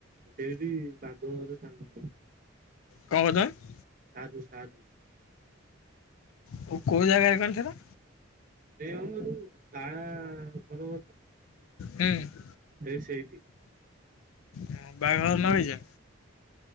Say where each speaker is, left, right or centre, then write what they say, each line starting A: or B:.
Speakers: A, on the right; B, on the left.
A: ସେଇଠି ବାଘ <inaudible> ସାଙ୍ଗ
B: କଣ କରୁଚନ୍ତି?
A: ସାରୁ ସାରୁ
B: ଆଉ କୋଉ ଜାଗାରେ କହନି ସେଟା?
A: <inaudible> ଯୋଉ ତା ଘର
B: ହୁଁ।
A: ସେଇ ସେଇଠି
B: ହଁ ବାଇଗଣ ଲଗେଇଚ